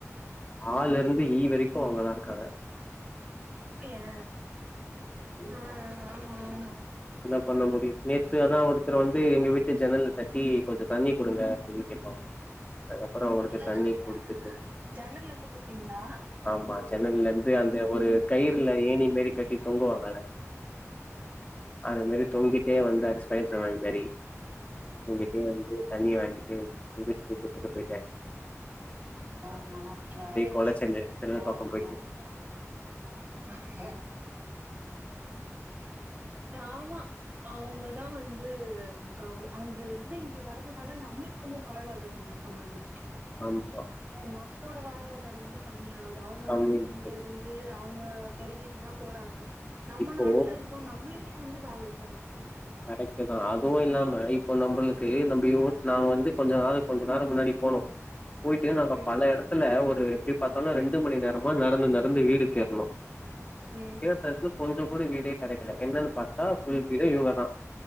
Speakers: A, on the left; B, on the right.
A: ஆ லருந்து ஈ வரைக்கு அவுங்கதா இருக்காங்க
B: அப்டியா ஆ ஆமா ஆமா
A: இப்ப நம்முடைய பேச்சேதா ஒருத்தர் வ ந்து எங்க வீட்டு ஜன்னல்ல தட்டி கொஞ்ச தண்ணி குடுங்க குடுச்சுட்டு <unintelligible> அப்புறொ அவுங்களுக்கு
B: நல்லாதான
A: தண்ணி
B: இக்குது
A: குடுத்துட்டு
B: ஆனா ஜன்னல்ல இருந்து குத்தீங்களா
A: ஆமா ஜன்னல்லந்து அந்த ஒரு கயிறுல ஏணி மாரி கட்டி தொங்குவாங்கல்ல அது மாரி தொங்கிட்டே வந்தாரு ஸ்பைடர்மேன் மாரி தொங்கிட்டே வந்து தண்ணி வாங்கி ட்டு குடுச்ட்டு குத்துட்டு போய்ட்டாரு
B: ஓம் நமச்சிவாய
A: கொலச்சல்லு ஜன்னல்
B: ஓம்
A: பக்கோ
B: நமசிவாய
A: போயிட்டு
B: ஓம் நமசிவாய ஆமா அவுங்கதா வந்து அங்கருந்து இங்க வர்றதுனால நம்மளுக்கு வந்து வாழ்வாதாரம் இருக்க மாட்டிது
A: ஆமா
B: ஆ நம்ளோட வாழ்வாதார வந்து கம்மியா கு அவுங்க
A: கம்மியா
B: வந்து இங்க
A: போச்சு.
B: இருந்து அவுங்க பெருகிட்டுதா போறாங்க நம்ம
A: இப்போ
B: நாட்ல இருக்கோ நம்மளுக் கே வந்து வேல இருக்க மாட்டிகிது
A: கரெக்ட்டு தா அதுவு இல்லாம இப்போ நம்பளுக்கு நம்ப யோ நா வந்து கொஞ்ச ஆ கொஞ்ச நேரம் முன்னாடி போனோ போயிட்டு நாங்க
B: ம்
A: பல எடத்துல ஒரு எப்டி பாத்தாலு ரெண்டு மணி நேரமா நடந்து நடந்து வீடு தேட்னோ
B: ம்
A: கேட்ட‌ எடத்துல கொஞ்சொ கூட வீடே கெடைக்கல எங்களு பாத்தா ஃபுல் பீரே இவங்கதான்